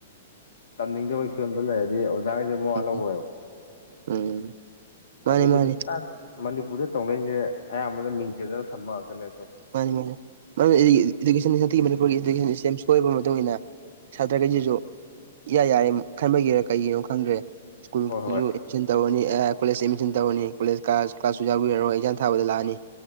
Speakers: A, on the left (about 60°); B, on the right (about 55°).
A: ꯇꯝꯅꯤꯡꯗꯕꯒꯤ ꯐꯤꯕꯝꯗꯣ ꯂꯩꯔꯗꯤ ꯑꯣꯖꯥꯈꯁꯦ ꯃꯣꯋꯥ
B: ꯎꯝ
A: ꯂꯧꯔꯦꯕ
B: ꯎꯝ ꯃꯥꯅꯤ
A: ꯑꯗꯩꯗꯤ
B: ꯃꯥꯅꯤ
A: ꯍꯧꯖꯤꯛꯀꯥꯟ ꯃꯅꯤꯄꯨꯔꯗ ꯇꯧꯅꯔꯤꯁꯦ ꯑꯌꯥꯝꯕꯅ ꯃꯤꯡ ꯆꯗꯅ ꯁꯝꯃꯛꯑꯀꯅꯦ
B: ꯃꯥꯅꯤ ꯃꯥꯅꯤ ꯏꯀꯦꯁꯟꯟꯤ ꯃꯅꯤꯄꯨꯔꯒꯤ ꯏꯗꯨꯀꯦꯁꯟ ꯁꯤꯁꯇꯦꯝ ꯁꯣꯏꯕ ꯃꯇꯨꯡ ꯏ ꯃꯇꯨꯡꯏꯟꯅ ꯁꯇ꯭ꯔꯥꯒꯩꯖꯤꯖꯨ
A: ꯎꯝ
B: ꯌꯥꯏ ꯌꯥꯏ ꯈꯟꯕꯒꯤꯔ ꯀꯩꯒꯤꯅꯣ ꯈꯪꯗ꯭ꯔꯦ ꯁ꯭ꯀꯨꯜꯁꯨ
A: ꯍꯣꯏ ꯍꯣꯏ
B: ꯑꯦꯗꯃꯤꯁꯟ ꯇꯧꯔꯅꯤ ꯀꯣꯂꯦꯖ ꯑꯦꯗꯃꯤꯁꯟ ꯇꯧꯔꯅꯤ ꯀꯣꯂꯦꯖꯥꯁ ꯀ꯭ꯂꯥꯁꯁꯨ ꯌꯥꯎꯕꯤꯔꯣꯏ ꯑꯦꯛꯖꯥ ꯊꯥꯕꯗ ꯂꯥꯛꯑꯅꯤ